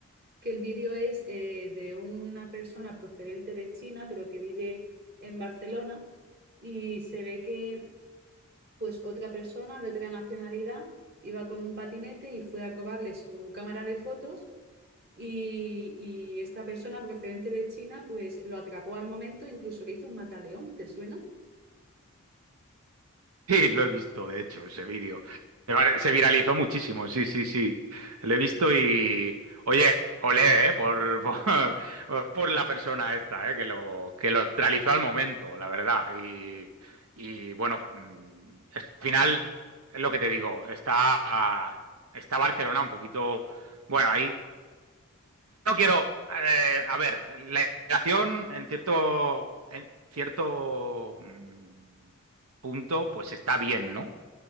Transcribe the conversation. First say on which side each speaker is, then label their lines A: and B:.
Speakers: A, on the right; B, on the right.
A: que el vídeo es eh, de una persona procedente de China, pero que vive en Barcelona. Y se ve que pues otra persona de otra nacionalidad iba con un patinete y fue a robarle su cámara de fotos y, y esta persona procedente de China pues lo atrapó al momento, incluso le hizo un mataleón, ¿te suena?
B: Sí, lo he visto, de hecho, ese vídeo. Se va- se viralizó muchísimo, sí, sí, sí. Lo he visto y. Oye, olé, eh, por, por, <laughs> por la persona esta, eh, que lo, que lo realizó al momento, la verdad. Y, y bueno, mm, es- al final, es lo que te digo, está, ah, está Barcelona un poquito. Bueno, ahí. No quiero. eh, a ver, la integración en cierto. En cierto. mm, punto, pues está bien, ¿no?